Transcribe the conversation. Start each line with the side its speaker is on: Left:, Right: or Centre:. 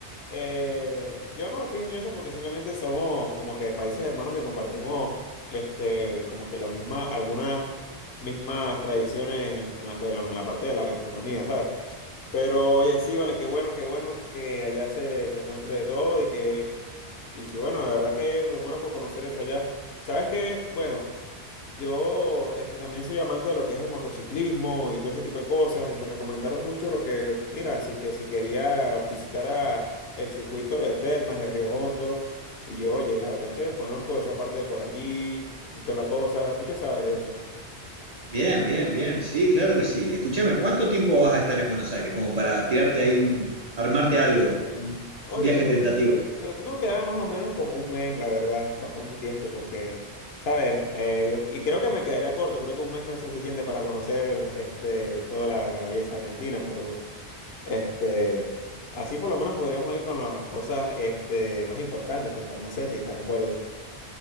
Left: eh, yo no me fijo en eso porque simplemente somos como que países hermanos que compartimos, este, como que los mismas, algunas mismas tradiciones en la, en la en la parte de la gastronomía, ¿sabes? Pero oye, sí, vale, qué bueno, qué bueno que allá se, se encuentre de todo y que, y que bueno, de verdad que me muero por conocer eso allá. Sabes que, bueno, yo este, también soy amante de lo que es el motociclismo y todo ese tipo de cosas y me recomendaron mucho lo que, mira, así que si quería visitar a el circuito de Termas de Río Hondo y yo, oye, la verdad es que desconozco esa parte de por allí y toda la cosa. ¿Tú qué sabes de eso?
Right: Bien, bien, bien. Sí, claro que sí. Escúchame, ¿cuánto tiempo vas a estar en Buenos Aires? Como para tirarte ahí un, armarte algo, un
Left: Oye,
Right: un viaje tentativo.
Left: pero tengo que quedarme más o menos como un mes, la verdad, bastante tiempo, porque, ¿sabes? Eh, yo- y creo que me quedaría corto, creo que un mes no es suficiente para conocer este, toda la, la belleza argentina, pero este, así por lo menos podríamos ir con lo- las cosas este, más importantes, te pa- no sé si estás de acuerdo.